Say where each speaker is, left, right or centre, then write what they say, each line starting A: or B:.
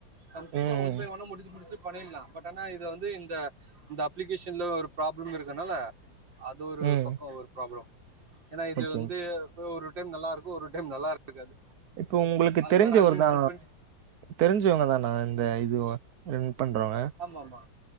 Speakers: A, on the right; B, on the right.
A: கம்ப்ளீட்டா
B: ம்.
A: ஒன் பை ஒன்ன முடிச்சு முடிச்சு பண்ணிலா பட் ஆனா இ து வந்து இந்த இந்த அப்ளிகேஷன்ல ஒரு ப்ராப்ளம் இருக்கனால அது ஒரு
B: ம்.
A: பக்கோ ஒரு ப்ராப்ளம் ஏன்னா இது
B: ஓகே.
A: வந்து ஒரு டைம் நல்லா இருக்கு ஒரு டைம் நல்லா இருக்காது
B: இப்போ ஒங்களுக்கு
A: அது
B: தெரிஞ்சவரு
A: வேற அன்இன்ஸ்டால்
B: தா
A: பண்ணி
B: தெரிஞ்சவங்க தானா இந்த இதுவ ரன் பண்றோங்க
A: ஆமாமா